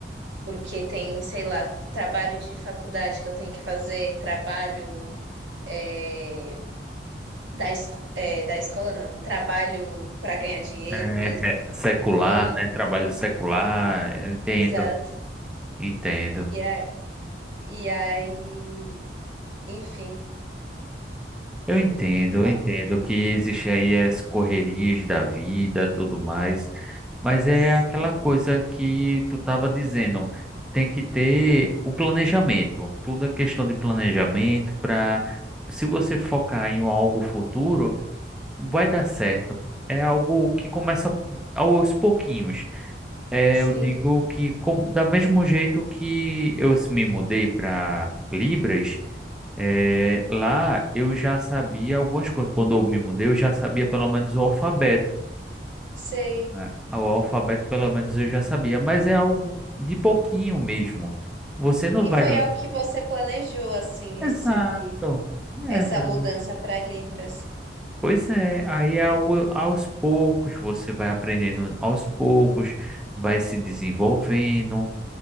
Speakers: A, on the right; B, in the centre.
A: porque tem, sei lá, trabalho de faculdade que eu tenho que fazer, trabalho é, da, esco- é, da escola não, trabalho para ganhar dinheiro
B: É,
A: mesmo.
B: é, secular,
A: Então,
B: né? Trabalho secular, eu entendo,
A: exato.
B: entendo.
A: E, a, e aí, enfim.
B: Eu entendo, eu
A: Ma-
B: entendo que existe aí as correrias da vida, tudo mais, mas é
A: Sim,
B: aquela coisa que tu estava dizendo, tem que ter o planejamento, tudo é questão de planejamento para se você focar em algo futuro, vai dar certo. É algo que começa aos pouquinhos. É,
A: sim,
B: eu digo que com, da mesmo jeito que eu me mudei para Libras, é, lá eu já sabia algumas coisas. Quando eu me mudei, eu já sabia pelo menos o alfabeto.
A: sei.
B: né? O alfabeto, pelo menos, eu já sabia, mas é algo de pouquinho mesmo. Você não
A: E
B: vai.
A: foi algo que você planejou, assim,
B: Exato.
A: esse,
B: Exato.
A: essa mudança para Libras.
B: Pois é, aí é algo aos poucos, você vai aprendendo aos poucos, vai se desenvolvendo.